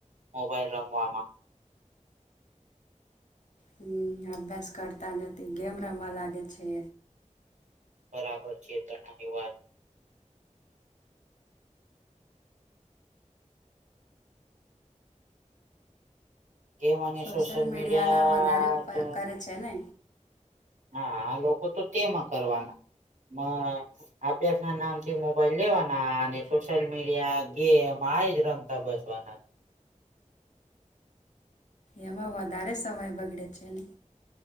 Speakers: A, on the right (about 75°); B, on the left (about 65°).
A: મોબાઈલ રમવામાં
B: હમ્મ અભ્યાસ કરતા નથી ગેમ રમવા લાગે છે.
A: બરાબર છે તમારી વાત ગેમ અને
B: સોશિયલ મીડિયાનો
A: મીડિયા
B: વધારે ઉપયોગ
A: તો
B: કરે છે ને
A: હા આ લોકો તો તેમાં કરવાના માં અભ્યાસ ના નામ થી મોબાઈલ લેવાના અને સોશિયલ મીડિયા ગેમ આજ રમતા બેસવાના.
B: એમાં વધારે સમય બગડે છે ને.